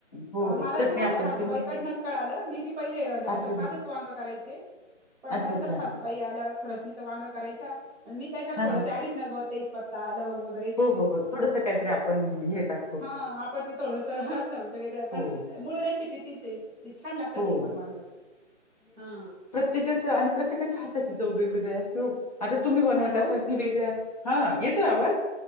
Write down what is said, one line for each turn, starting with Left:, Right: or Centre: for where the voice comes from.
Left: हो
Centre: अ
Left: हो
Centre: मला
Left: चटणी
Centre: बी माझ्या
Left: आपण
Centre: सासूबाईकडंच
Left: ती मस्त
Centre: कळालं मी बी पहिले
Left: अच्छा
Centre: अस
Left: अच्छा
Centre: सादच वांग करायचे पण म
Left: अच्छा
Centre: नंतर
Left: अच्छा
Centre: सासू बाई आल्यावर खुरसणीचा वांग करायचा मी त्याच्यात
Left: हा
Centre: थोडस
Left: हा
Centre: ऍडिशनल ब तेज पत्ता लवंग व
Left: हो हो हो थोडस कायतरी आपण येतात
Centre: हा आपण बी थोडस थोडसं वेगळ पण
Left: हो
Centre: मुळ रेसिपी तीच छान लागत
Left: हो
Centre: ते पण वांग हा.
Left: त्याच्याच आणि प्रत्येकाच्या हाताची चव वेगवेगळी असते ओ आता तुम्ही बनवत
Centre: हॅलो
Left: असाल ती वेगळ्यात. हा येतोय आवाज?